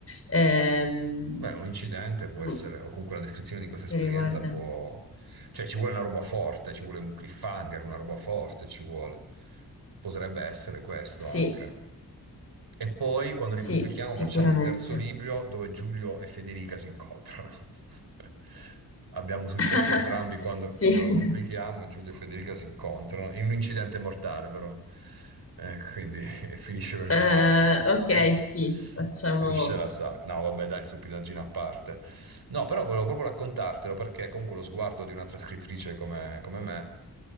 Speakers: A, on the left (about 35°); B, on the right (about 70°).
A: Ehm,
B: Beh, un incidente può
A: mm,
B: essere, o comunque la descrizione di questa esperienza
A: che riguarda?
B: può... Cioè, ci vuole una roba forte, ci vuole un cliffhanger, una roba forte, ci vuole. Potrebbe essere questo
A: Sì.
B: anche. E poi quando
A: Sì,
B: li pubblichiamo
A: sicuramente.
B: facciamo un terzo libro dove Giulio e Federica si incontrano. <laughs> Abbiamo successo
A: <laughs>
B: entrambi quando, quando
A: Sì.
B: lo pubblichiamo, Giulio e Federica si incontrano in un incidente mortale però. Eh, quindi <laughs> finisce per
A: Eh,
B: tutte e due.
A: ok,
B: E fi-
A: sì, facciamo.
B: finisce la saga. No, vabbè, dai, stupidaggine a parte. No, però volevo proprio raccontartelo perché comunque lo sguardo di un'altra scrittrice come, come me